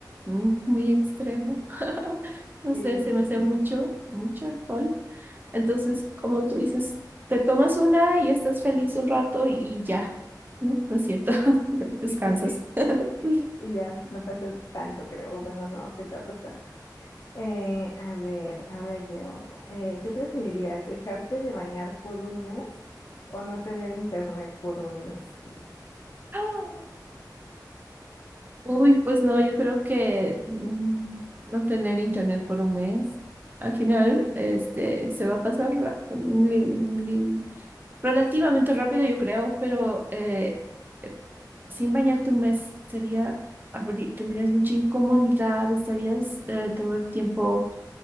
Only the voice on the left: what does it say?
Sí,
sí, sí, sí.
Y ya, no pasa tanto, creo. Bueno, no te tardas tanto. Eh, a ver, ahora yo, eh, ¿qué preferirías? ¿Dejarte de bañar por un mes o no tener internet por un mes?